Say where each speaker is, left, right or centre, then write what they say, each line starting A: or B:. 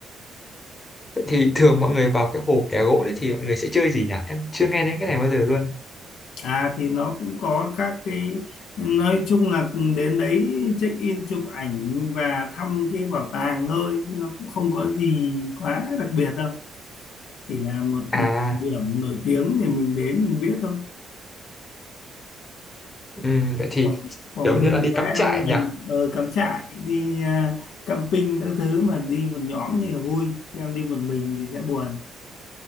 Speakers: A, on the left; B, on the left.
A: Vậy thì thường mọi người vào cái hồ Kẻ Gỗ đấy thì mọi người sẽ chơi gì nhỉ? Em chưa nghe đến cái này bao giờ luôn.
B: à thì nó cũng có các cái nói chung là đến đấy check in chụp ảnh và thăm cái bảo tàng thôi chứ nó cũng không có gì quá đặc biệt đâu chỉ là một
A: À,
B: ừ, điểm nổi tiếng thì mình đến mình biết thôi
A: ừm, vậy thì
B: Quảng, Quảng
A: kiểu như
B: Bình
A: là đi
B: và
A: cắm
B: em
A: trại
B: mình
A: nhỉ?
B: ở Cắm Trại đi à, camping các thứ mà đi một nhóm thì là vui chứ em đi một mình thì sẽ buồn